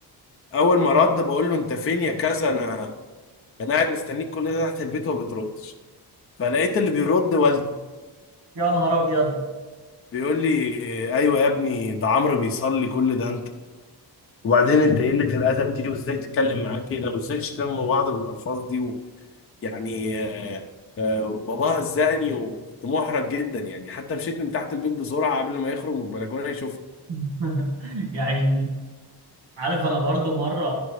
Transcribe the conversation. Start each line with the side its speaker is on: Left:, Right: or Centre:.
Left: أول ما رد بقول له أنت فين يا كذا أنا أنا قاعد مستنيك كل ده تحت البيت وما بتردش فلقيت اللي بيرد والده
Right: يا نهار ابيض
Left: بيقول لي آه، أيوه يا ابني ده عمرو بيصلي كل ده وبعدين انت قلة الادب دي وازاي تتكلم معاه كده وازاي تشتموا بعض بالالفاظ دي و... يعني آه، آه، باباها زهقني وكنت محرج جدا يعني حتى مشيت من تحت البيت بسرعه قبل ما يخرج من البلكونه يشوفني
Right: <laughs> يا عيني عارف انا برضو مره